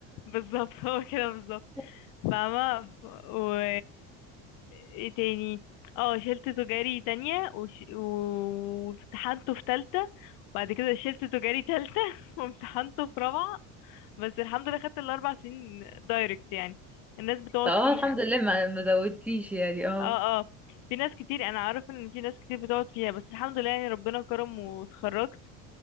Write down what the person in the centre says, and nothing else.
<laughs>
طب اه
الحمد لله ما ما زودتيش يعني اه